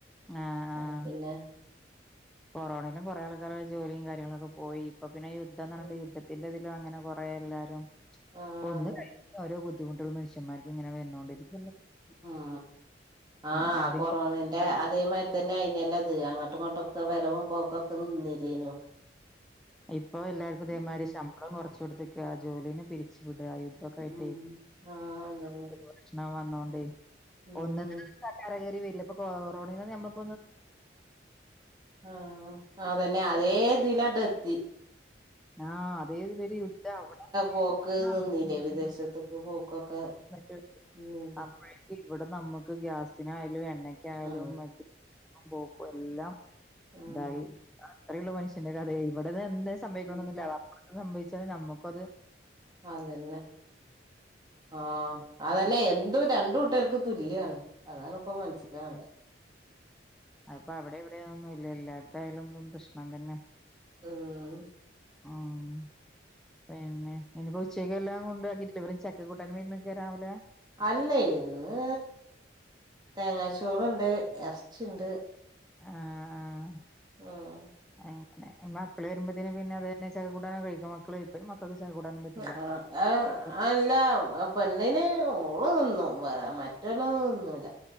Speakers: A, in the centre; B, on the right (about 20°).
A: ആ
B: അപ്പൊ
A: ആ
B: പിന്നെ
A: കൊറോണെലും കൊറെ ആൾക്കാര് ജോലിയും കാര്യങ്ങളൊക്കെ പോയി ഇപ്പൊ പിന്നെ യുദ്ധംന്നറഞ്ട്ടു
B: ഉം
A: യുദ്ധത്തിന്റെ അങ്ങനെ കൊറേ എല്ലാരും
B: ആ
A: ഒന്ന്
B: അതെ
A: ഒരോ ബുദ്ധിമുട്ടെളും മനുഷ്യന്മാർക്ക് ഇങ്ങനെ വന്നോണ്ടിരിക്കും
B: ഉം ആഹ്
A: ഉം ആദ്യം
B: കൊറോണെന്റെ
A: കൊ
B: അതേമായ് രി തന്നെ അയ്ന്യല്ലൊ ഇത് <unintelligible> അട്ടും ഇങ്ങോട്ടൊക്കെ വരവും പോക്കൊക്കെ നിന്നില്ലേയ്നോ
A: ഇപ്പോ എല്ലാർക്കും ഇതേമായ്രി
B: ഉം
A: ശമ്പളം കൊറച്ച് കൊടുത്തേക്കാ ജോലീന്ന് പിരിച്ചു വി ആഹ് യുദ്ധൊക്കായിട്ട്
B: ഉം ആ അതന്നെ
A: <unintelligible> പ്രശ്നം <unintelligible> ണോണ്ടെയ്
B: ഉം
A: <unintelligible> വരില്ല അപ്പൊ കൊറോണെ നമ്മക്ക് <unintelligible>
B: ആഹ് അതന്നെ അതേ ദിലാട്ടെത്തി
A: ആഹ് അതേതിലൊരു യുദ്ധ അവ്ടെ
B: പോക്ക്
A: ആഹ്
B: നിന്നില്ലേ വിദേശത്ത്ക്ക് പോക്കൊക്കെ
A: <unintelligible> <unintelligible>
B: ഉം അതെ
A: അപ്പോഴേക്ക് ഇവടെ നമ്മെക്ക് ഗ്യാസിനായാലും എണ്ണക്കായാലും
B: ആ
A: മറ്റ് പോക്കും എല്ലാം
B: ആ
A: ഇണ്ടായി അത്രയൊള്ളു മനുഷ്യന്റെ കഥെയെ ഇവിടെന്ന് എന്ത്
B: ആ
A: ഇവ്ട്ന്നൊന്നുല്ല വാപ്പ് സംഭവിച്ചാല് നമ്മുക്ക്വത്
B: അതന്നെ ആഹ് അതന്നെ
A: ഉം
B: എന്ത് രണ്ടു കുട്ടർക്ക് തുല്യാണ് അതാണ് ഇപ്പൊ മനസിലാവ്ണ്
A: ഉം അതിപ്പോ അവിടെ ഇവിടെയൊന്നും ഇല്ല എല്ലാട്ത്തായലും ഇപ്പ പ്രശ്നം തന്നെ
B: ഉം
A: ഉം പിന്നെ ഇനിപ്പോ ഉച്ചെയ്ക്കെല്ലാം കൊണ്ടാക്കിട്ട് ഇല്ലവരും ചക്കൂട്ടാനു വ <unintelligible> ക്കെ രാവില്ല
B: അല്ലെയ് ഇന്ന് തേങ്ങാച്ചോറ്ണ്ട് എറ്ച്ചിണ്ട്
A: ആഹ്
B: ഉം
A: അങ്ങനെ മക്കള് വരുമ്പത്തേന് പിന്നെ അത് തന്നെ ചെക്ക കൂട്ടാനൊക്കെ കഴിക്കും മക്കളു വരുമ്പം മക്കള് ചക്ക കൂട്ടാനൊന്നും പറ്റില്ല
B: ആഹ് അഹ്
A: അവർ
B: ആല്ലാ ആ പെണ്ണിന് ഓള് തിന്നു മറ്റൊലൊന്നു തിന്നൂല